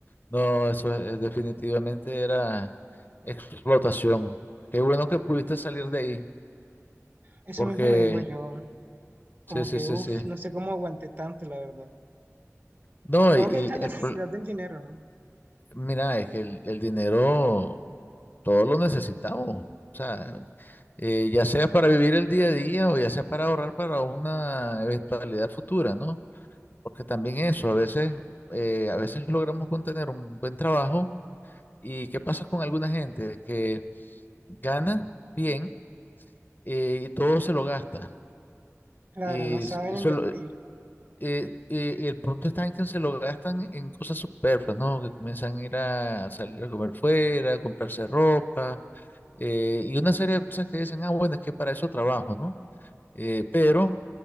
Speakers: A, on the left; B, on the right.
A: No, eso es, es definitivamente era explotación. Qué bueno que pudiste salir de ahí,
B: Eso
A: porque
B: mismo me digo yo, como
A: sí, sí,
B: que,
A: sí,
B: uff,
A: sí.
B: no sé cómo aguanté tanto, la verdad.
A: No,
B: Supongo
A: y, y
B: que es la necesidad
A: el, pro-
B: del dinero, ¿no?
A: mira, es que el, el dinero todo lo necesitamos. O sea, eh, ya sea para vivir el día a día o ya sea para ahorrar para una eventualidad futura, ¿no? Porque también eso, a veces, eh, a veces logramos con tener un buen trabajo ¿Y qué pasa con alguna gente que gana bien eh, y todo se lo gasta?
B: Claro,
A: Y,
B: no saben
A: s- y
B: invertir.
A: solo- eh, eh, y el punto está en que se lo gastan en cosas superfluas, ¿no? Que comienzan a ir a salir a comer fuera, a comprarse ropa eh, y una serie de cosas que dicen, ah, bueno, es que para eso trabajo, ¿no? Eh, pero